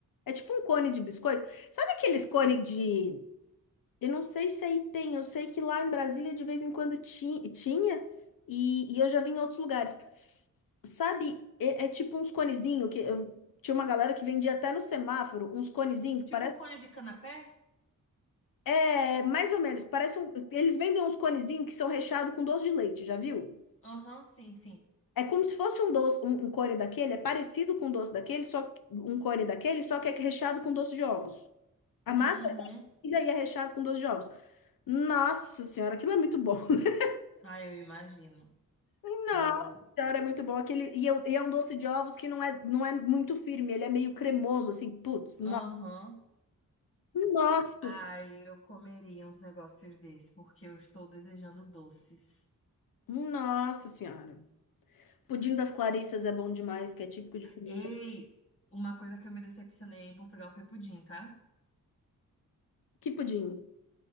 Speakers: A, on the left (about 85°); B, on the left (about 40°).
A: é tipo um cone de biscoito. Sabe aqueles cones de. Eu não sei se aí tem, eu sei que lá em Brasília de vez em quando ti- tinha, e, e eu já vi em outros lugares. Sabe, é, é tipo uns conezinho que eu tinha uma galera que vendia até no semáforo, uns conezinho que
B: Tipo
A: parece
B: cone de canapé?
A: é mais ou menos, parece um, eles vendem uns conezinho que são recheados com doce de leite, já viu?
B: Aham, sim, sim.
A: É como se fosse um doce, um, um cone daquele, é parecido com um doce daquele, só que- um cone daquele, só que é recheado com doce de ovos. A massa
B: Uhum.
A: é parecida e é recheado com doce de ovos. Nossa senhora, aquilo é muito bom. <laughs>
B: Ah, eu imagino.
A: Nossa
B: Eu.
A: senhora, é muito bom. Aquele, e, é, um, e é um doce de ovos que não é, não é muito firme, ele é meio cremoso, assim, putz,
B: Aham.
A: Nossa,
B: Ai,
A: se-
B: eu comeria uns negócios desses, porque eu estou desejando doces.
A: nossa senhora. Pudim das Clarissas é bom demais, que é típico de comida.
B: Ei, uma coisa que eu me decepcionei em Portugal foi pudim, tá?
A: Que pudim?